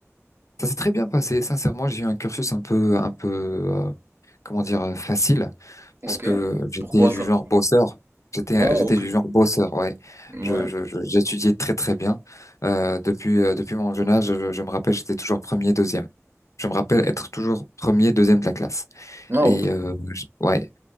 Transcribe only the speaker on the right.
Ok.
Pourquoi
ça?
Ah,
ok.
Ouais.
Ah,
ok.